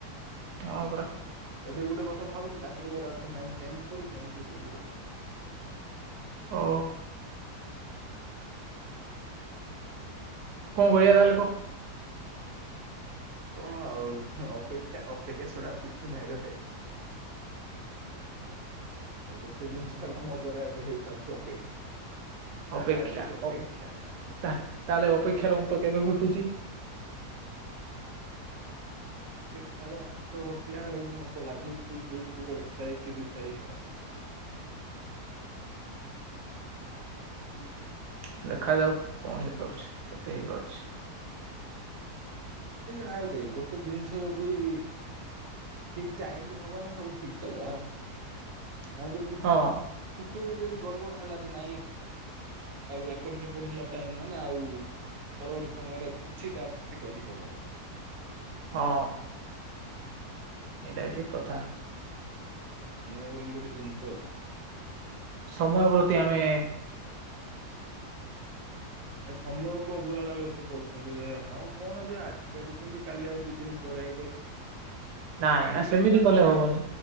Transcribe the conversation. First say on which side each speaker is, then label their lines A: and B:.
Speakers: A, on the right (about 80°); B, on the right (about 60°).
A: ହଁ ପରା।
B: ଏବେ ଗୋଟେ କଥା ଭାବୁଛି ରାତିରେ ଶୋଇଲା ବେଳକୁ ପୁଣି ନାଇ ଚେଞ୍ଜ କରୁଛି ଏମିତି ହେଇ ହେଉଛି।
A: ଓ। କଣ କରିଆ ତାହେଲେ କହ।
B: କଣ ଆଉ ଅପେକ୍ଷା ଅପେକ୍ଷା ଛଡା ଆ କିଛି ନାହିଁରେ ଭାଇ। ଏ ଗୋଟେ ଜିନିଷ ଏକା ମୋ ଦ୍ଵାରା ଏବେ ହେଇ <unintelligible> ଅପେକ୍ଷା। ଯାହା
A: ଅପେକ୍ଷା
B: ହେଲେ ବି ଅପେକ୍ଷା।
A: ଓ ତା ତାହେଲେ ଅପେକ୍ଷାର ଅନ୍ତ କେବେ ଘଟ୍ ଟୁଛି।
B: ଅପେକ୍ଷାର ଅନ୍ତ ଘଟିଲା ବେଳକୁ ମତେ ଲାଗୁଛି ହେଇଯିବ ଏ ଥାଇକି ରି ଥାଇକି ହେବା।
A: <inaudible> ଦେଖାଯାଉ କଣ ହେଇପାରୁଛି କେତେ ହେଇପାରୁଛି।
B: <unintelligible> ଦେଖ ଗୋଟେ ଜିନିଷ ଯଦି-ଇ-ଇ ଠିକ ଟାଇମରେ ହବ ନା ସବୁ ଠିକ ଚାଲିଲା ନାଇଁ ଯଦି
A: ହଁ
B: ଟିକେ ବି ଯଦି ଗଡବଡ ହେଲା ଯେ ନାଇଁ ଆଉ ଏପଟ ସେପଟ ହେଲା ଟାଇମ ମାନେ ଆଉ-ଉ-ଉ ପରବର୍ତ୍ତୀ ସମୟରେ ଆଉ କିଛି ତାପତ୍ତି କରିହବନହିଁ।
A: ହଁ। ଏଇଟା ଠିକ କଥା।
B: ମୁଁ ବୋଲି ଗୋଟେ ଜିନିଷ ଅ
A: ସମୟ ପ୍ରତି ଆମେ
B: ଏ ସମୟ କ ଅବହେଳା ଲୋକ କରୁଛନ୍ତି ଯେ ହଁ କଣ ଯେ ଆଜି କାଟୁଛନ୍ତି କାଲି ଆଉ ଦି ଦିନ ପରେ <unintelligible>
A: ନାଇଁ
B: କାଢି
A: ନା ସେମିତି
B: ଦେଇଥାନ୍ତା
A: କଲେ
B: ନା
A: ହବନି।